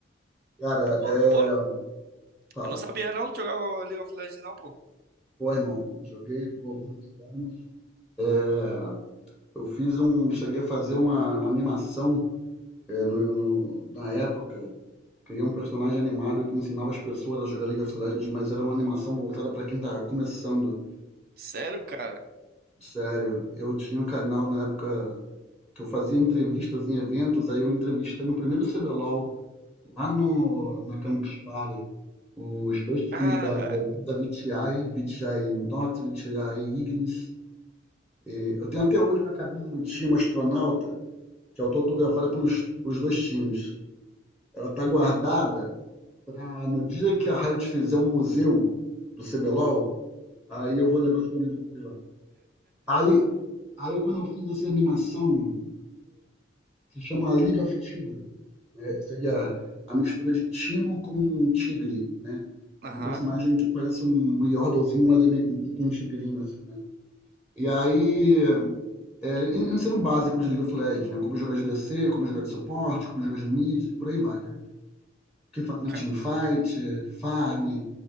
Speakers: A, in the centre; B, on the right (about 50°).
A: Cara,
B: Pô,
A: é.
B: pô,
A: Fala.
B: eu não sabia não que jogava League of Legends, não, pô.
A: Pô, irmão, joguei por muitos anos. É, eu fiz um. Cheguei a fazer uma, uma animação é, no, no- na época. Criei um personagem animado que ensinava as pessoas a jogar League of Legends, mas era uma animação voltada pra quem tá começando.
B: Sério, cara?
A: Sério, eu tinha um canal na época que eu fazia entrevistas em eventos, aí eu entrevistei no primeiro CBLOL, lá no, na Campus Party, os dois times
B: Caraca.
A: da, da, da VTI, VTI Nox, VTI Ignis. Eu tenho até hoje uma camisa do time Astronauta, que é autografada pelos, pelos dois times. Ela tá guardada para no dia que a Riot fizer um museu do CBLOL, aí eu vou levar essa camisa para eles lá. Aí, aí quando eu fiz essa animação se chama League of Tigro. né? seria a mistura de Timo com Tigre, né?
B: Aham.
A: É um personagem que parece um um Yordlezinho, mas é meio, um- com um tigrinho, assim, né? E aí, é, en- ensinam básicos de League of Legends, né? Como jogar de ADC, como jogar de suporte, como jogar de mid, e por aí vai, né? O que faz na
B: Ca-
A: teamfight, farm,
B: Pô,